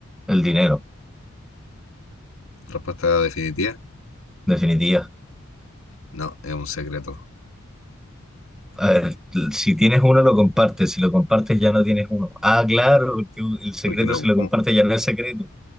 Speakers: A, in the centre; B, on the left.
A: el dinero,
B: Respuesta definitiva.
A: definitiva.
B: No, es un secreto.
A: A ver, si tienes uno, lo compartes, si lo compartes, ya no tienes uno. Ah, claro, porque el secreto,
B: Porque no,
A: si lo
B: ¿cómo,
A: compartes, ya no es secreto.